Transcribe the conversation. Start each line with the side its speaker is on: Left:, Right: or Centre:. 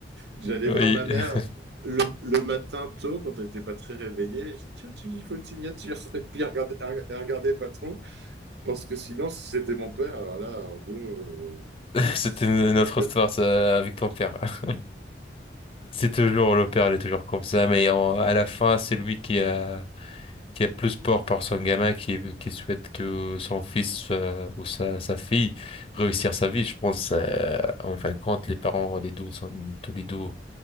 Right: J'allais
Left: oui,
Right: voir ma mère
Left: <laughs>
Right: le, le matin tôt, quand elle n'était pas très réveillée. Je dis, tiens, tu- il faut une signature. <laughs> Et puis, elle regardait, elle- elle regardait pas trop, parce que sinon, si c'était mon père, alors là, en gros, euh,
Left: ouais.
Right: ouf.
Left: <laughs> C'était une une autre
Right: Peu-
Left: histoire ça, avec ton père. <laughs> C'est toujours le père, il est toujours comme ça, mais en- à la fin, c'est lui qui a qui a plus peur par son gamin, qui qui souhaite que son fils euh, ou sa sa fille réussir sa vie. Je pense, euh, en fin de compte, les parents, les deux sont tous les deux.